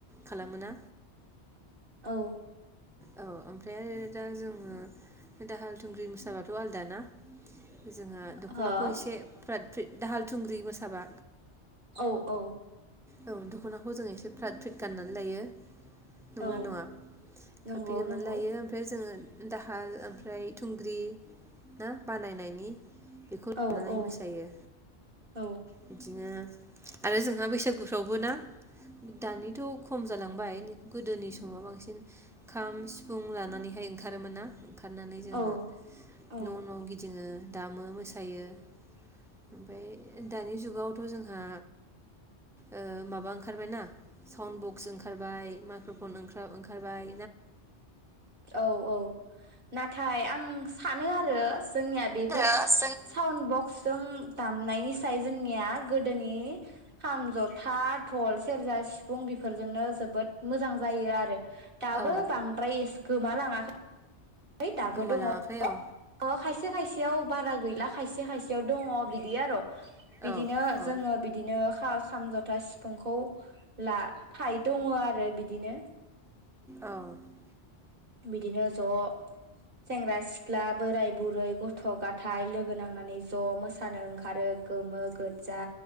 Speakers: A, in the centre; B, on the right.
A: खालामोना।
B: औ।
A: औ ओमफ्राय आरो दा जोंङो दाहाल थुंग्रि मोसाबाथ आलदा ना। जोंहा दख'नाखौ
B: हो
A: एसे फ्राद खो दाहाल थुंग्रि मोसाबा
B: औ औ।
A: औ दख'नाखौ जों एसे फ्रात फ्रिट गान्नानै लायो। नङोना
B: औ
A: नङा?
B: नंगौ
A: खाफ्रि गान्नानै
B: नंगौ
A: लायो ओमफ्राय जोङो दाहाल ओमफ्राय थुंग्रि ना बानायनायनि बेखौ लानानै
B: औ औ
A: मोसायो
B: औ
A: बिदिनो आरो जोंहा बैसागु प्रावबोना दानिथ खम जालांबाय। गोदोनि समाव बांसिन खाम सिफुं लानानैहाय ओंखारोमोन्ना। ओंखारनानै जोङो
B: औ औ
A: न' न' गिदिङो दामो मोसा थायो। ओमफाय दानि जुगावथ' जोंहा ओ माबा ओंखारबाय ना साउन्ड बक्स ओंखारबाय माइक्र फन ओंखा-ओंखारबाय
B: औ औ नाथाय आं आं सानो आरो जोंनिया बेफोर
A: जों
B: साउन्ड बक्स जों दामनायनि थाय जोंनिया गोदोनि खाम, जथा, धल, सेरजा, सिफुं बेफोरजोंनो जोबोद मोजां जायो आरो। दाबो
A: औ
B: बांद्राय ए गोमालाङाखै। <unintelligible> दाबो
A: गोमालाङाखै
B: दङ अ
A: औ
B: खायसे खायसेयाव बारा गैला खायसे खायसेयाव दङ। बिदि आर'। बिदिनो
A: औ औ
B: जोङो बिदिनो खा-खाम, ज दा सिफुंखौ ला थाय दङ आरो बिदिनो।
A: औ
B: बिदिनो ज सेंग्रा सिख्ला, बोराय बुरै, गथ' गथाय लोगो नांनानै ज मोसानो ओंखारो गोमो गोजा